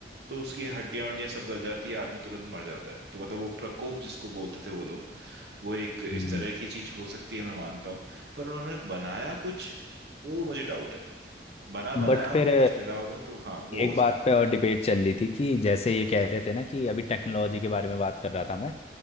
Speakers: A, on the right; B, on the left.
A: तो उसकी हड्डियां वड्डियां सब गल जाती है आदमी तुरंत मर जाता है तो मतलब वो प्रकोप जिसको बोलते थे वो लोग वो एक
B: हम्म
A: इस तरह की चीज हो सकती है मैं मानता हूँ पर उन्होंने बनाया कुछ वो मुझे डाउट है बना बनाया
B: बट
A: उनको
B: फिर
A: कुछ मिला होगा तो हाँ वो
B: एक
A: हो सकता
B: बात पे और डिबेट चल रही थी कि जैसे ये कह रहे थे ना कि अभी टेक्नोलॉजी के बारे में बात कर रहा था मैं